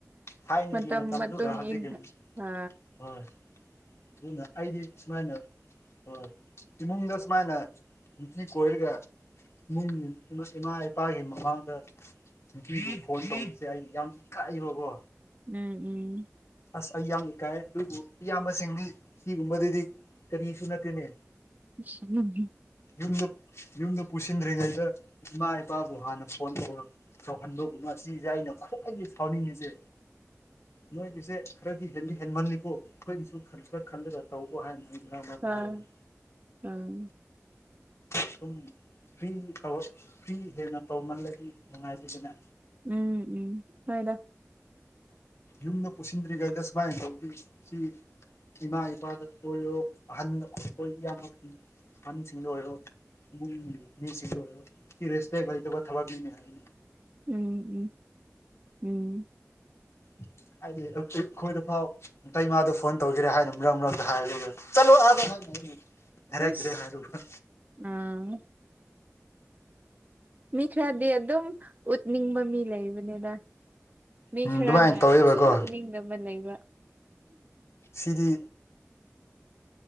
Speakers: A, on the left; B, on the right.
A: ꯊꯥꯏꯅꯒꯤ
B: ꯃ
A: ꯃꯇꯝꯗꯨꯒ
B: ꯃ
A: ꯍꯧꯖꯤꯛꯀꯤ
B: ꯏꯟ ꯍꯥ
A: ꯍꯣꯏ ꯑꯗꯨꯅ ꯑꯩꯗꯤ ꯁꯨꯃꯥꯏꯅ ꯍꯣꯏ ꯏꯃꯨꯡꯗ ꯃꯅ ꯏꯅꯤ ꯀꯣꯏꯒ ꯏꯃꯨꯡꯒꯤ ꯏꯃꯥ ꯏꯄꯥꯒꯤ ꯃꯃꯥꯡꯗ ꯅꯨꯡꯇ ꯐꯣꯟ ꯇꯧꯁꯦ ꯑꯩ ꯌꯥꯝ ꯀꯤꯛ ꯀꯥꯏꯏꯕꯕꯣ
B: ꯎꯝ ꯎꯝ
A: ꯑꯁ ꯑꯩ ꯌꯥꯝꯅ ꯀꯥꯏ ꯑꯗꯨꯕꯨ ꯏꯌꯥꯝꯕꯁꯤꯡꯗꯤ ꯁꯤꯒꯨꯝꯕꯗꯗꯤ ꯀꯔꯤꯁꯨ ꯅꯠꯇꯦꯅꯦ
B: ꯎ ꯎꯝ
A: ꯌꯨꯝ ꯌꯨꯝꯗ ꯄꯨꯁꯤꯟꯗ꯭ꯔꯤꯉꯩꯗ ꯏꯃꯥ ꯏꯄꯥꯕꯨ ꯍꯥꯟꯅ ꯐꯣꯟ ꯇꯧꯔ ꯇꯧꯍꯟꯕꯕꯨ ꯉꯁꯤꯁꯦ ꯑꯩꯅ ꯁꯋꯥꯥꯏ ꯐꯥꯎꯅꯤꯅꯤꯖꯦ ꯅꯣꯏꯒꯤꯁꯦ ꯈꯔꯗꯤ ꯍꯦꯟꯗꯤ ꯍꯦꯟꯃꯜꯂꯤꯀꯣ ꯑꯩꯈꯣꯏꯒꯤꯁꯨ ꯈꯔ ꯈꯟꯕꯖꯠ ꯇꯧꯕ ꯍꯥꯏꯅ ꯑꯩ ꯃꯔꯝ ꯃꯔꯛꯇ
B: ꯑ
A: ꯍꯥꯏꯔꯝꯃꯤ
B: ꯎꯝ
A: ꯁꯨꯝ ꯐ꯭ꯔꯤ ꯐ꯭ꯔꯤ ꯍꯦꯟꯅ ꯇꯧꯃꯜꯂꯗꯤ ꯅꯨꯡꯉꯥꯏꯖꯗꯅꯦ
B: ꯎꯝ ꯎꯝ ꯍꯣꯏꯗ
A: ꯌꯨꯝꯗ ꯄꯨꯁꯤꯟꯗ꯭ꯔꯤꯉꯩꯗ ꯁꯨꯃꯥꯏꯅ ꯇꯧꯗꯤ ꯁꯤ ꯏꯃꯥ ꯏꯄꯥꯗ ꯀꯣꯏꯔꯣ ꯑꯍꯟ ꯑꯣꯏꯣꯏ ꯏꯅ ꯑꯍꯟꯁꯤꯡꯗ ꯑꯣꯏꯔꯣ ꯎ ꯃꯤ ꯁꯤꯒꯣ ꯔꯦꯁꯄꯦꯦꯛ ꯂꯩ ꯊꯕ ꯃꯤꯅꯦ ꯍꯥꯏ
B: ꯎꯝ ꯎꯝ ꯎꯝ
A: ꯎ ꯍꯥꯏꯗꯤ ꯑꯩꯈꯣꯏꯗ ꯐꯥꯎ ꯑ ꯏ ꯃꯥꯗ ꯐꯣꯟ ꯇꯧꯒꯦꯔꯦ ꯍꯥꯏꯅ ꯃꯔꯛ ꯃꯔꯛꯇ ꯍꯥꯏꯔꯠꯂ ꯑꯥ ꯍꯥꯏ ꯍꯔ
B: ꯏꯁ
A: ꯭ꯔꯦ ꯍꯥꯏꯕꯔ
B: ꯑꯥ ꯃꯤ ꯈꯔꯗꯤ ꯑꯗꯨꯝ ꯎꯠꯅꯤꯡꯕ ꯃꯤ ꯂꯩꯕꯅꯤꯗ ꯃꯤ
A: ꯎꯝ
B: ꯈꯔꯅ
A: ꯑꯗꯨꯃꯥꯏꯅ ꯇꯧꯋꯦꯕꯀꯣ
B: ꯁꯣꯛꯠꯅꯤꯡꯗꯕ ꯂꯩꯕ
A: ꯁꯤꯔꯤ